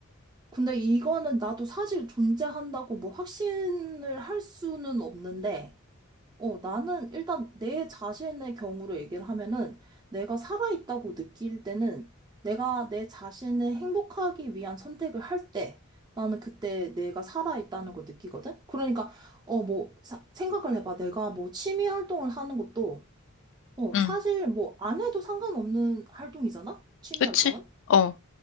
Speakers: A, on the right; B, on the left.
A: 근데 이거는 나도 사실 존재한다고 뭐 확신을 할 수는 없는데, 어, 나는 일단 내 자신의 경우로 얘기를 하면은 내가 살아있다고 느낄 때는 내가 내 자신을 행복하기 위한 선택을 할 때 나는 그때 내가 살아있다는 걸 느끼거든? 그러니까, 어, 뭐, 사- 생각을 해봐. 내가 뭐 취미 활동을 하는 것도, 어,
B: 응,
A: 사실 뭐 안 해도 상관없는 활동이잖아? 취미
B: 그치?
A: 활동은?
B: 어,